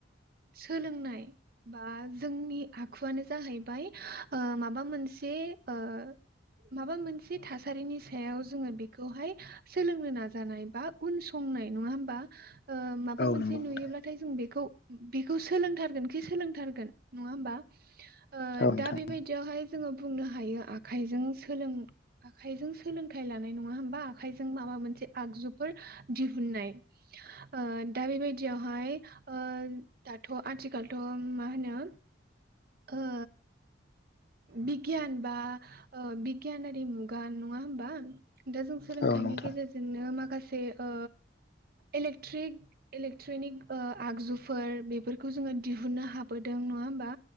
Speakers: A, on the right; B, on the left.
A: सोलोंनाय बा जोंनि आखुआनो जाहैबाय ओ माबा मोन से ओ माबा मोन से थासारिनि सायाव जोङो बेखौहाय सोलोंनो नाजानाय बा उन संनाय नङा होमबा? ओ माबा
B: औ
A: मोनसे
B: नंगौ
A: नुयोब्लाथाय
B: नोंथां
A: जों बेखौ बिखौ सोलोंथारगोनखि सोलोंथारगोन नङा होमबा? ओ
B: औ नोंथां
A: दा बेबायदियावहाय जोङो बुंनो हायो आखाइजों सोलों आखाइजों सोलोंथाइ लानाय नङा होमबा? आखाइजों माबा मोनसे आगजुफोर दिहुननाय। ओ दा बेबायदियावहाय, ओ‌ल दाथ' आथिखालथ' मा होनो? ओ बिगियान बा ओ‌ बिगियानारि मुगा नङा होमबा? दा जों सोलोंथाइनि
B: औ नोंथां
A: गेजेरजोंनो माखासे ओ इलेक्ट्रिक इलेक्ट्रिनिक ओ आगजुफोर बेफोरखौ जोङो दिहुननो हाबोदों। न ङा होमबा?